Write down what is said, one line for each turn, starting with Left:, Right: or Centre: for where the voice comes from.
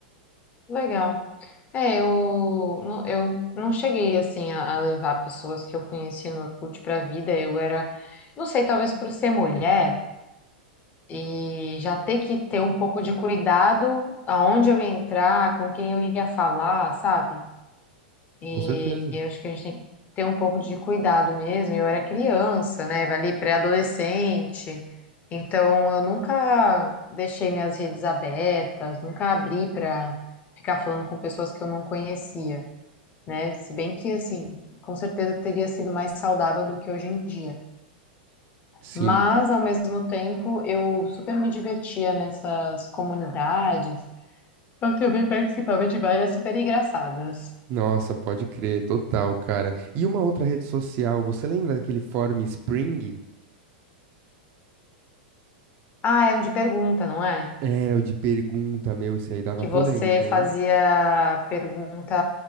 Left: Legal. É, eu não, eu não cheguei assim a, a levar pessoas que eu conheci no Orkut para a vida. Eu era, não sei, talvez por ser mulher e já ter que ter um pouco de cuidado aonde eu ia entrar, com quem eu ia falar, sabe? E
Right: Com certeza.
Left: eu acho que a gente tem que ter um pouco de cuidado mesmo. Eu era criança, né? Ali pré-adolescente. Então eu nunca deixei minhas redes abertas, nunca abri para ficar falando com pessoas que eu não conhecia, né? Se bem que assim, com certeza teria sido mais saudável do que hoje em dia.
Right: Sim.
Left: Mas ao mesmo tempo, eu super me divertia nessas comunidades. Eu também participava de várias super engraçadas.
Right: Nossa, pode crer, total, cara. E uma outra rede social, você lembra daquele fórum Spring?
Left: Ah, é um de pergunta, não é?
Right: Era o de pergunta, meu, esse aí dava
Left: que
Right: polêmica,
Left: você fazia
Right: hein?
Left: pergunta